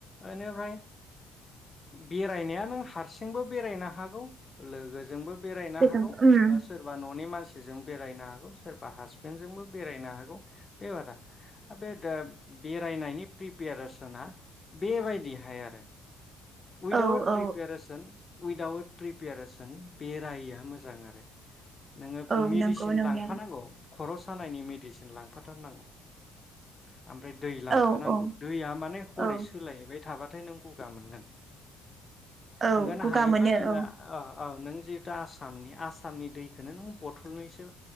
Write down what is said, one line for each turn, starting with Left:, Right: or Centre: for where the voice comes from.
Left: बेनिफ्राय बेरायनाया नों हारसिंबो बेरायनो हागौ लोगोजोंबो बेरायनो
Right: गोजोन
Left: हागौ
Right: उम
Left: बा सोरबा ननि मानसि सोरजों बेरायना सोरबा हासबेन्डजोंबो बेरायनो हागौ बे बारा बे बेरायनायनि प्रिपेरेसना बेबायदिहाय आरो वदाउट
Right: औ औ
Left: प्रिपेरेसन उइदाउद ट्रिप प्रिपारेसन बेरायियानो मोजां आरो नोंङो
Right: औ
Left: मेडिसिन
Right: नंगौ नंनायालाय
Left: लांफानांगौ खर सानायनि मेडिसिन लांफाथारनांगौ । ओमफ्राय दै लांफानांगौ
Right: औ औ
Left: दैया माने हरै
Right: औ
Left: सोलायैबाय थाबाथाय नों गगा मोनगोन
Right: औ
Left: ओंखायनो
Right: गगा
Left: हायोबा
Right: मोनो
Left: नोङो
Right: औ
Left: औ नों जिहेतु आसामनि आसामनि दैखोनो नों बथलनैसो